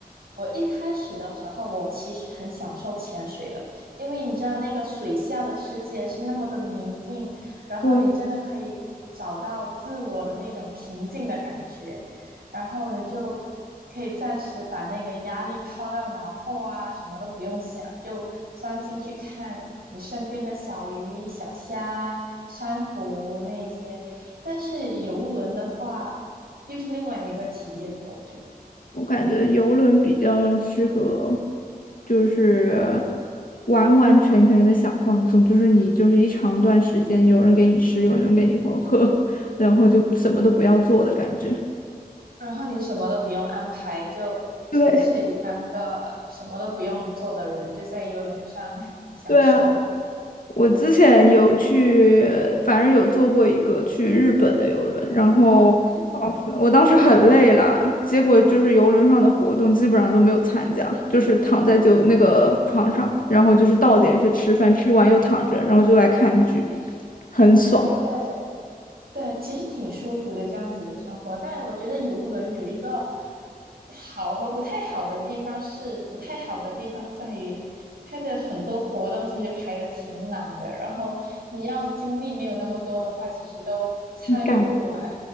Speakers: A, on the right (about 70°); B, on the left (about 60°).
A: 我一开始的时候，我其实很享受潜水的，因为你知道那个水下的世界是那么的宁静，然后你真的可以找到自我的那种平静的感觉，
B: 对，
A: 然后你就可以暂时把那个压力抛到脑后啊，什么都不用想，就专心去看你身边的小鱼、小虾、珊瑚那一些。但是游轮的话，又是另外一个体验吧，我觉得。
B: 我感觉游轮比较适合，就是完完全全的想放松，就是你就是一长段时间有人给你吃，有人给你喝喝，<laughs> 然后就什么都不要做的感觉。
A: 然后你什么都不用安排，就纯粹当个什么都不用做的人，
B: 对，
A: 就在游轮上 <laughs> 享受。
B: 对啊。我之前有去，反正有坐过一个去日本的游轮，然后哦我当时很累了，
A: 嗯，
B: 结果就是游轮上的活动基本上都没有参加，就是躺在就那个床上，然后就是到点去吃饭，吃完又躺着，然后就来看剧，很爽。
A: 对对，其实挺舒服的这样子的生活。但我觉得游轮有一个好和不太好的地方是，不太好的地方在于它的很多活动其实排的挺满的，然后你要精力没有那么多的话，其实都参与不完。
B: 你感